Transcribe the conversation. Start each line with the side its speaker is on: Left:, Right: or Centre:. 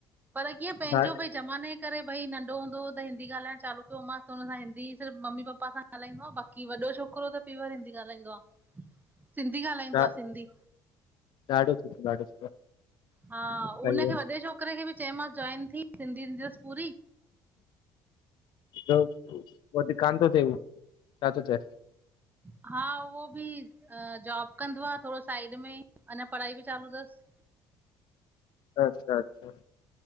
Right: पर कीअं पंहिंजो
Left: ॾा-
Right: भई ज़माने जे करे भई नंढ़ो हुंदो त, हिंदी ॻाल्हायण चालू क्यो मांस, त उन सां हिंदी सिर्फ मम्मी पापा सां ॻाल्हाईंदो आ, बा की, वॾो छोकरो त पेवर हिंदी ॻाल्हाईंदो आ, सिंधी ॻाल्हाईंदो
Left: ॾा-
Right: आ सिंधी।
Left: ॾाढो सुठो ॾाढो सुठो
Right: हा,
Left: सही
Right: उनखे
Left: आहे
Right: वॾे छो छोकर खे बि चायो मांस, जॉइन थी सिंधीं ईंदी तस पूरी।
Left: पो कान तो थे, छा थो चै?
Right: हा, उहो बि जॉब कंदो आ थोड़ो साइड में, अञा पढ़ाई बि चालू तस।
Left: अच्छा अच्छा